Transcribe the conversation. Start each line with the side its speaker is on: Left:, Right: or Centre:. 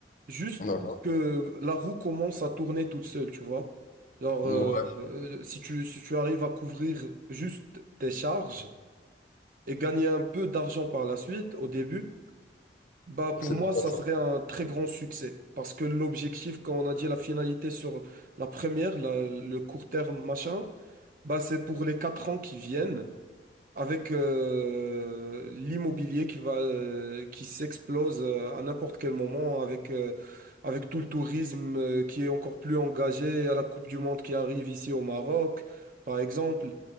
Right: Juste
Left: D'accord.
Right: pour que la roue commence à tourner toute seule, tu vois. Genre,
Left: Ouais,
Right: euh, euh, si tu, si tu arrives à couvrir juste tes charges et gagner un peu d'argent par la suite, au début, bah pour
Left: c'est
Right: moi, ça
Left: déjà ça.
Right: serait un très grand succès. Parce que l'objectif, quand on a dit la finalité sur la première, la- le court terme, machin, bah c'est pour les quatre ans qui viennent avec euh, l'immobilier qui va euh, qui s'explose euh, à n'importe quel moment avec euh, avec tout le tourisme euh, qui est encore plus engagé à la Coupe du Monde qui arrive ici au Maroc par exemple